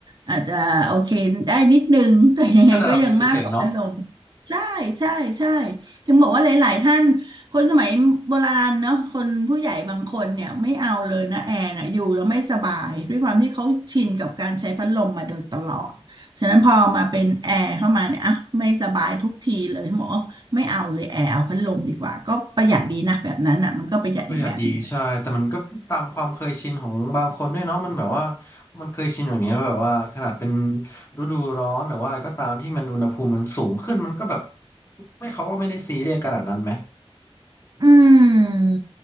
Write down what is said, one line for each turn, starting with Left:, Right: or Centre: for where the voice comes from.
Right: อาจจะโอเคได้นิดนึงแต่ยังไงก็ยังมากกว่าพัดลม
Left: แค่ระดับหนึ่งเฉยๆเนาะ
Right: ใช่ใช่ใช่ถึงบอกว่าหลายๆท่าน คนสมัยโบราณเนาะคนผู้ใหญ่บางคนเนี่ยไม่เอาเลยนะแอร์นะอยู่แล้วไม่สบายด้วยความที่เขาชินกับการใช้พัดลมมาโดยตลอดฉะนั้นพอมาเป็นแอร์เข้ามาเนี่ยอ่ะไม่สบายทุกทีเลยหมอกว่าไม่เอาเลยแอร์เอาพัดลมดีกว่าก็ประหยัดดีนะแบบนั้นอ่ะมันก็ประหยัดอีกแบบหนึงแหละ
Left: ประหยัดดีใช่แต่มันก็ตามความเคยชินของบางคนด้วยเนาะมันแบบว่ามันเคยชินอย่างเงี้ยแบบว่าขนาดเป็นฤดูร้อนหรือว่าอะไรก็ตามที่มันอุณหภูมิมันสูงขึ้นมันก็แบบไม่เขาก็ไม่ได้ซีเรียสขนาดนั้นไหม
Right: อืม